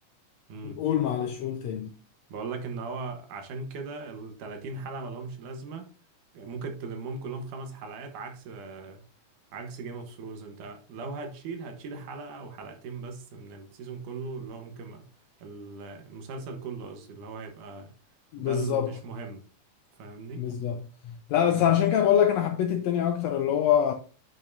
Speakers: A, on the right; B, on the left.
A: مم.
B: قول معلش قول تاني
A: بقول لك ان هو عشان كده ال 30 حلقة ما لهمش لازمة ممكن تلمهم كلهم في خمس حلقات عكس عكس جيم اوف ثرونز انت لو هتشيل هتشيل حلقة او حلقتين بس من السيزون كله اللي هو ممكن ما- ال- المسلسل كله قصدي اللي هو هيبقى
B: بالظبط
A: ده اللي مش مهم فاهمني
B: بالظبط لا بس
A: امم
B: عشان كده بقول لك انا حبيت التاني اكتر اللي هو